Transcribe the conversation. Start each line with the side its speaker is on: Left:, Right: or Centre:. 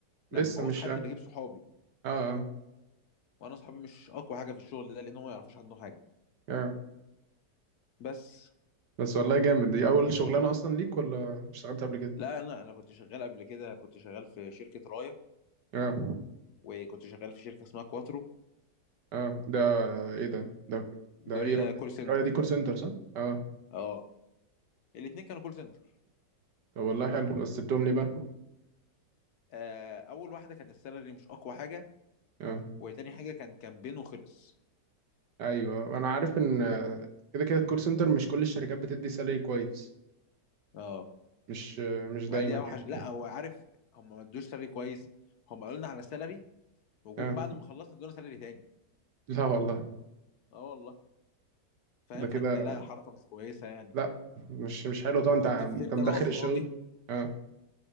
Right: لسه
Left: لما بعوز
Right: مش
Left: حد
Right: اه
Left: بجيب صحابي
Right: اه,
Left: وانا صحابي مش اقوى حاجه في الشغل ده لان هم ما يعرفوش عنه حاجه
Right: آه.
Left: بس
Right: بس والله جامد دي اول شغلانه اصلا ليك ولا اشتغلت قبل كده
Left: لا انا انا كنت شغال قبل كده كنت شغال في شركه رايا
Right: اه
Left: وكنت شغال في شركه اسمها كواترو
Right: اه ده ايه ده ده
Left: دول
Right: ده ايه رايك
Left: كول
Right: إيه
Left: سنتر
Right: رايك دي كول سنتر صح اه
Left: اه الاتنين كانوا كول سنتر
Right: طب والله حلو بس بتملي بقى
Left: آه اول واحده كان السالري مش اقوى حاجه
Right: اه
Left: وتاني حاجه كان كامبين وخلص
Right: ايوه انا عارف ان آه، كده كده الكول سنتر مش كل الشركات بتدي سالري كويس
Left: اه
Right: مش آه، مش
Left: ما
Right: دايما
Left: هي دي اوحش
Right: يعني
Left: لا هو عارف هم ما ادوش سالري كويس هم قالوا لنا على سالري وجم
Right: اه
Left: بعد ما خلصنا ادونا سالري تاني
Right: لا والله
Left: اه والله فاهم
Right: ده كده
Left: فانت لا حركه مش كويسه يعني
Right: لا مش مش حلو طبعا
Left: وكنت
Right: انت انت
Left: في شركه
Right: مدخل
Left: انا واصحابي
Right: الشغل اه